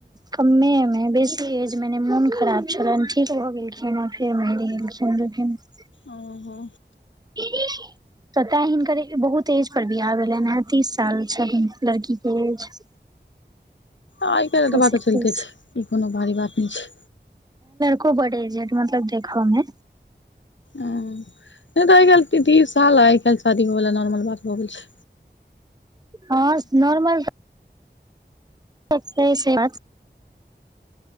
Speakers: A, on the right; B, on the left.
A: कमे मे बेसी एज मे नै मुन खराब छलैन ठीक भऽ गेलखिन आब। ए मैर गेलखिन <unintelligible>
B: ओहो।
A: <unintelligible> तऽ ताएं हिनकर ए बहुत एज पर बियाह भेलैन हे तीस साल छथिन लड़की के एज। <inaudible>
B: आय काएल एतबा
A: तीस एकतीस
B: तऽ चलते छै ई कोनो भारी बात नै छै।
A: को बड एजेट मतलब देखऽ मे।
B: एं नै तऽ आय-काएल तीस साल आय-काएल शादी भऽ गेलै न नॉर्मल बात भऽ गेल छै।
A: हां नॉर्मल ते <unintelligible> से बात